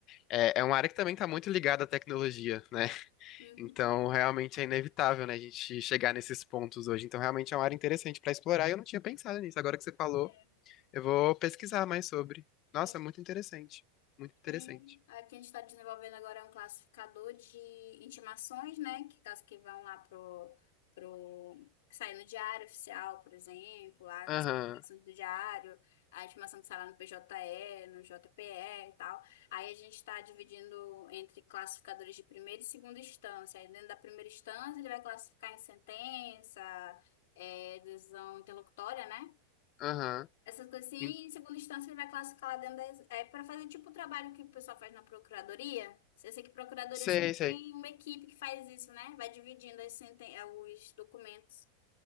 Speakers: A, on the left; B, on the left.
A: É, é uma área que também está muito ligada à tecnologia, né?
B: Uhum.
A: Então, realmente é inevitável, né, a gente chegar nesses pontos hoje. Então, realmente é uma área interessante para explorar e eu não tinha pensado nisso. Agora que você falou,
B: É.
A: eu vou pesquisar mais sobre. Nossa,
B: É,
A: muito interessante. Muito interessante.
B: tem. Aqui a gente está desenvolvendo agora é um classificador de intimações, né? Que caso que vão lá pro, pro que sai no diário oficial, por exemplo, lá
A: Aham,
B: as publicações do diário, a intimação que sai lá no PJE, no JPE e e tal. Aí a gente está dividindo entre classificadores de primeira e segunda instância. Aí dentro da primeira instância ele vai classificar em sentença, é, decisão interlocutória, né?
A: aham.
B: Essas coisas assim, e
A: In-
B: em segunda instância, ele vai classificar lá dentro da. É para fazer tipo o trabalho que o pessoal faz na procuradoria. Eu sei que procuradoria
A: Sei,
B: sempre
A: sei.
B: tem uma equipe que faz isso, né? Vai dividindo as senten- eh, os documentos